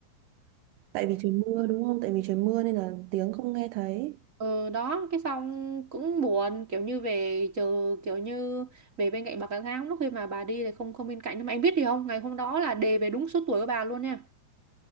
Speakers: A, on the right; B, on the right.
A: tại vì trời mưa đúng không tại vì trời mưa nên là tiếng không nghe thấy
B: ừ, đó cái xong cũng buồn kiểu như về chờ kiểu như về bên cạnh bà cả tháng lúc khi mà bà đi thì không không bên cạnh nhưng mà em biết gì không ngày hôm đó là đề về đúng số tuổi của bà luôn nha